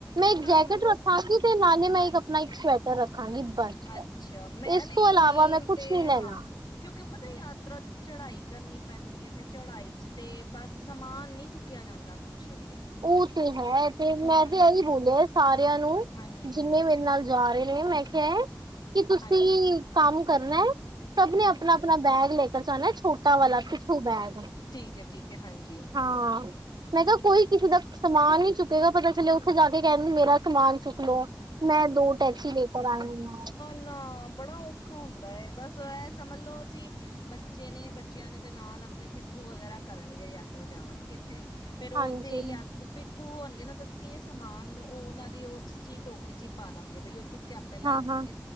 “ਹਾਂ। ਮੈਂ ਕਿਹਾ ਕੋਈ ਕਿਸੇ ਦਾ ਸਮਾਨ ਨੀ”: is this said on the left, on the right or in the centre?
Right